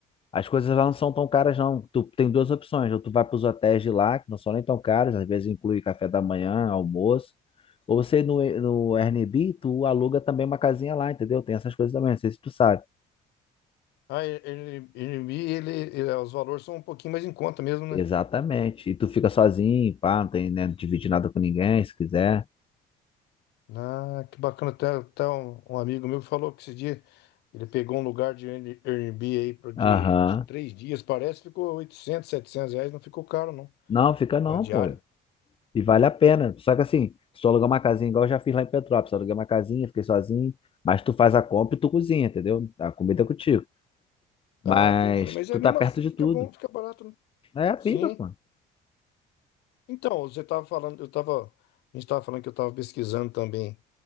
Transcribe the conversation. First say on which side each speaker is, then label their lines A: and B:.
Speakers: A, on the left; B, on the left.
A: As coisas lá não são tão caras, não. Tu tem duas opções. Ou tu vai para os hotéis de lá, que não são nem tão caros, às vezes inclui café da manhã, almoço. Ou você no, no Airbnb, tu aluga também uma casinha lá, entendeu? Tem essas coisas também, não sei se tu sabe.
B: Ah, ele, ele, ele, ele- os valores são um pouquinho mais em conta mesmo, né?
A: Exatamente. E tu fica sozinho, pá, não tem, né, dividir nada com ninguém, se quiser.
B: Ah, que bacana, até, até um, um amigo meu falou que esse dia ele pegou um lugar de Air- Airbnb aí pro- de,
A: Aham.
B: de três dias, parece, ficou 800, 700 reais, não ficou caro não,
A: Não, fica não,
B: na diária.
A: pô. E vale a pena. Só que assim, se tu alugar uma casinha, igual eu já fiz lá em Petrópolis, eu aluguei uma casinha, fiquei sozinho, mas tu faz a compra e tu cozinha, entendeu? A comida é contigo. Mas
B: Ah, entendi, mas
A: tu
B: é mesmo
A: tá perto
B: assim
A: de
B: fica
A: tudo.
B: bom, fica barato, né?
A: É, fica,
B: Sim.
A: pô.
B: Então, você estava falando, eu estava, a gente estava falando que eu estava pesquisando também